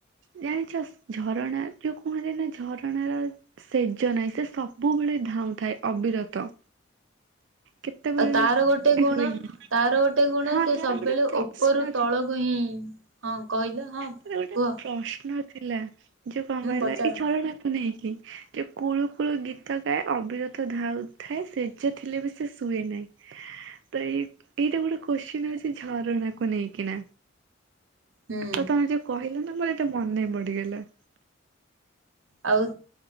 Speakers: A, on the right; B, on the right.
A: ଜାଣିଛ ଝରଣା ଯୋଉ କୌଣସି ନା ଝରଣାର ସେଜ ନାହିଁ ସେ ସବୁବେଳେ ଧାଉଁଥାଏ ଅବିରତ। କେତେବେଳେ
B: ଆଉ ତାର ଗୋଟେ
A: ବି
B: ଗୁଣ
A: ରୁହେନି
B: ତାର ଗୋଟେ ଗୁଣ
A: ହଁ
B: ସେ
A: ତାର
B: ସବୁବେଳେ
A: ଗୋଟେ ପ୍ରଶ୍ନ
B: ଉପରୁ ତଳକୁ ହିଁ ହଁ କହିଲ? ହଁ
A: ତ ଗୋଟେ
B: କୁହ
A: ପ୍ରଶ୍ନ ଥିଲା ଯୋଉ କଣ
B: ହୁଁ
A: କହିଲ
B: ପଚାର
A: ଏଇ ଝରଣା। ନେଇକି ଯେ କୁଳୁ କୁଳୁ ଗୀତ ଗାଏ ଅବିରତ ଧାଉଥାଏ ସେ ଯେ ଥିଲେ ବି ସେ ଶୁଏ ନାହିଁ। ତ ଏଇ ଏଇଟା ଗୋଟେ କୋଶ୍ଚିନ ହଉଛି ଝରଣା କୁ ନେଇକିନା।
B: ହୁଁ
A: ତ ତମେ ଯୋଉ କହିଲ ନା ବୋଲି ଏଟା ମନ ପଡିିଗଲା।
B: ଆଉ